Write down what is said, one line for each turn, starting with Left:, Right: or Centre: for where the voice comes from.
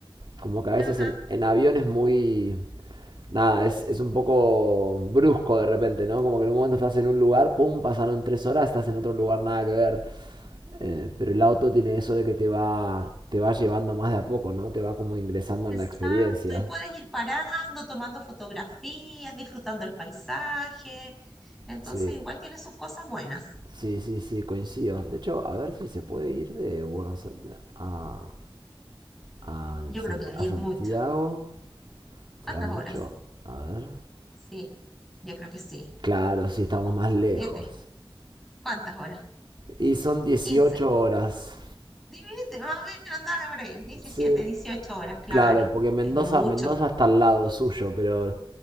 Right: Como que a veces
Centre: Ajá,
Right: en, en avión es muy... Nada, es, es un poco brusco de repente, ¿no? Como que en un momento estás en un lugar, pum, pasaron tres horas, estás en otro lugar, nada que ver. Eh, pero el auto tiene eso de que te va, te va llevando más de a poco, ¿no? Te va como ingresando
Centre: exacto.
Right: en la experiencia.
Centre: Y puedes ir parando, tomando fotografías, disfrutando el paisaje. Entonces,
Right: Sí,
Centre: igual tiene sus cosas buenas.
Right: sí, sí, sí, coincido. De hecho, a ver si se puede ir de Buenos Aires a, a,
Centre: Yo creo
Right: Sant-
Centre: que ahí
Right: a
Centre: es
Right: Santiago.
Centre: mucho. ¿Cuántas
Right: ¿Será mucho?
Centre: horas?
Right: A ver.
Centre: Sí, yo creo que sí.
Right: Claro, sí, estamos más lejos.
Centre: Siete. ¿Cuántas horas?
Right: Y son 18
Centre: 15.
Right: horas.
Centre: Divídete, más o menos andaba por ahí. Diecisiete,
Right: Sí.
Centre: 18 horas, claro.
Right: Claro, porque Mendoza,
Centre: Es mucho.
Right: Mendoza está al lado suyo, pero